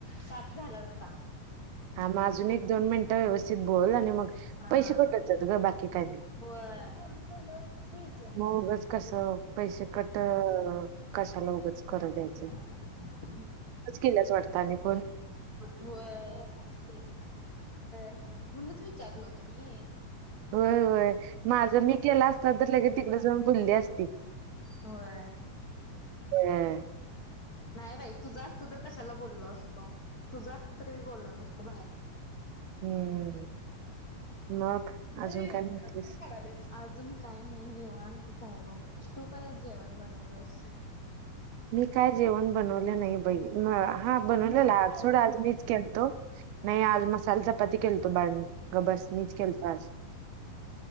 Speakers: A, on the left (about 45°); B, on the right (about 80°).
A: साात झाला का
B: हां मग अजून एक दोन मिनट व्यवस्थित बोल आणि मग
A: हा
B: पैसे कटत जात ग बाकी काय नाही
A: होय बोलत राहिल्यावर कसं व्हायचं
B: मग उगंच कसं पैसे कट कशाला उगंच कर द्यायचं
A: अच्छा
B: कल्यास वारता नि पण
A: बू आहे म्हणूनच विचारलो ग मी
B: होय होय माझं मी केलं असणार तर ल तिकडे जाऊन बुलली असती
A: ह
B: होय
A: नाही बाई तुझा असत तर कशाला बोलल असतो तुझा असत तरी मी बोललो नसतो बाहेर
B: हम्म मग
A: नाही
B: अजून काय म्हणतेस?
A: आपट काढालीस अजून काही नाही नि आणतच आहे ब तू काय जेवण बनवलंस
B: मी काय जेवण बनवले नाही बई म हा बनवलेला
A: नुसतं खाय
B: आज सोड आज मीच खलतो नाही आज मसाल चपाती खलतो बाळमी अ बस मीच केलतस